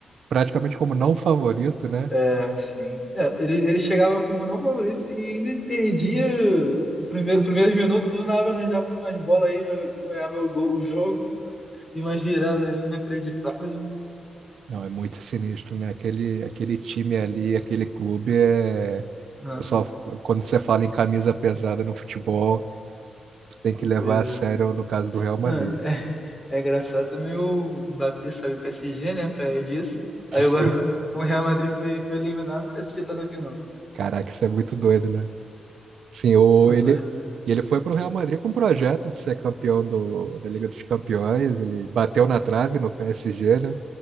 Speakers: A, on the right; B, on the left.
A: praticamente como não favorito, né?
B: É, sim. É, ele, ele chegava como não favorito e ainda perdia o primeiro, os primeiros minutos, do nada arranjava umas bolas aí, joga, ganhava o, gol, o jogo e umas viradas inacreditáveis.
A: Não, é muito sinistro, né? Aquele, aquele time ali, aquele clube é.
B: Não,
A: Eu só, quando você fala em camisa pesada no futebol, tu tem que levar
B: pois
A: a sério
B: é.
A: no caso do Real Madrid.
B: Não, é. É engraçado também o Mbappé sabe o PSG, né? Por causa disso. Aí
A: <laughs> Sim.
B: agora <laughs> o Real Madrid foi, foi eliminado, o PSG tá na final.
A: Caraca, isso é muito doido, né? Sim, ou
B: Pô, mas,
A: ele, e ele foi para o Real Madrid com um projeto de ser campeão do, da Liga dos Campeões. Ele bateu na trave no PSG, né?